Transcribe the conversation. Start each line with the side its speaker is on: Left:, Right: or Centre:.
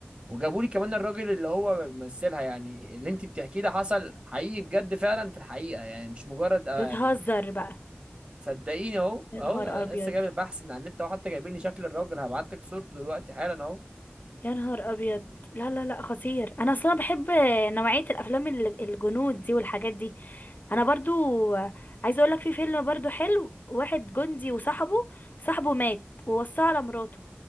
Right: وجابوا لي كمان الراجل اللي هو بيمثلها يعني اللي انت بتحكيه ده حصل حقيقي بجد فعلا في الحقيقه يعني مش مجرد آه
Left: بتهزر
Right: يعني
Left: بقى
Right: صدقيني اهو
Left: يا نهار
Right: اهو أنا
Left: ابيض
Right: لسه جايب البحث من على النت اهو حتى جايبين لي شكل الراجل هبعت لك صورته دلوقتي حالا اهو
Left: يا نهار ابيض لا لا لا خطير انا اصلا بحب نوعيه الافلام ال- الجنود دي والحاجات دي انا برضو عايزه اقول لك في فيلم برضو حلو واحد جندي وصاحبه صاحبه مات ووصاه على مراته